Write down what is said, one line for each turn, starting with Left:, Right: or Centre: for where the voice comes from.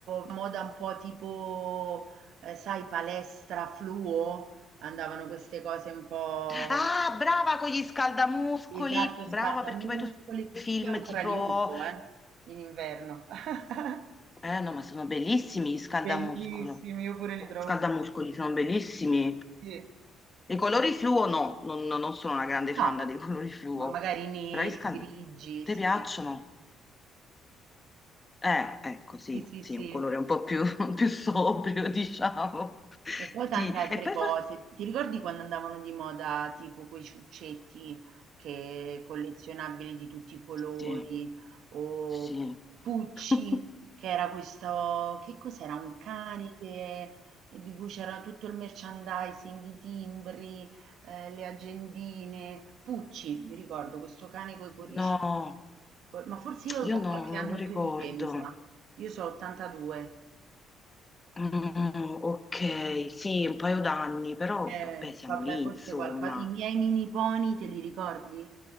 Right: moda un po' tipo, eh, sai, palestra fluo, andavano queste cose un po'
Left: Ah, brava con gli scaldamuscoli,
Right: esatto, scaldamuscoli.
Left: brava perché poi tu sai film
Right: Io ancora
Left: tipo...
Right: li uso, eh, in inverno. <laughs>
Left: Eh no, ma sono bellissimi gli scaldamuscolo.
Right: Bellissimi, io pure li trovo
Left: Scaldamuscoli
Right: bellissimi.
Left: sono bellissimi.
Right: Sì.
Left: I colori fluo no, non, non- non sono una grande fan
Right: Ah,
Left: dei colori fluo,
Right: ma magari neri,
Left: però gli scaldamuscoli
Right: grigi,
Left: ti
Right: sì.
Left: piacciono? Eh, ecco,
Right: Sì,
Left: sì,
Right: sì,
Left: sì,
Right: sì.
Left: un colore un po' più, <laughs> più sobrio, diciamo.
Right: E poi tante
Left: Sì,
Right: altre
Left: e poi
Right: cose.
Left: far...
Right: Ti ricordi quando andavano di moda tipo quei ciuccetti che collezionabili di tutti i colori
Left: Sì,
Right: o
Left: sì.
Right: Pucci,
Left: <laughs>
Right: che era questo, che cos'era? Un cane che- di cui c'era tutto il merchandising, i timbri, eh, le agendine. Pucci, mi ricordo, questo cane con i cuoricini.
Left: No,
Right: co- Ma forse io ho
Left: io
Right: qualche
Left: no, non
Right: anno
Left: lo ricordo.
Right: più di te, mi sa. Io so 82.
Left: Mm, ok, sì, un paio d'anni, però
Right: Eh,
Left: vabbè, siamo
Right: vabbè,
Left: lì,
Right: forse
Left: insomma.
Right: qualcosa. I miei mini pony te li ricordi?